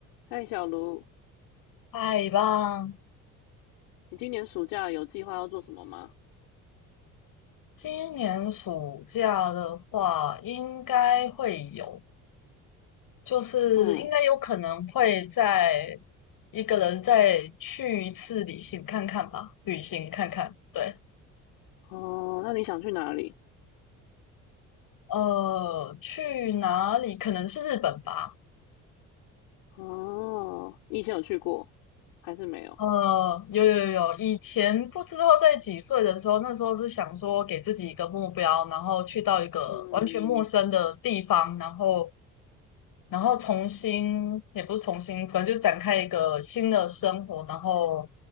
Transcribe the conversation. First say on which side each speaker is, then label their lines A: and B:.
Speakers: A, on the left; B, on the left.
A: 嗨，小卢，
B: 太棒！
A: 你今年暑假有计划要做什么吗？
B: 今年暑假的话，应该会有，就是应该有可能会再
A: 嗯，
B: 一个人再去一次旅行看看吧，旅行看看。对，
A: 哦，那你想去哪里？
B: 呃，去哪里？可能是日本吧。
A: 哦，你以前有去过，还是没有？
B: 呃，有有有，以前不知道在几岁的时候，那时候是想说给自己一个目标，然后去到一个完全陌生的地方，
A: 嗯
B: 然后然后重新也不是重新，可能就展开一个新的生活，然后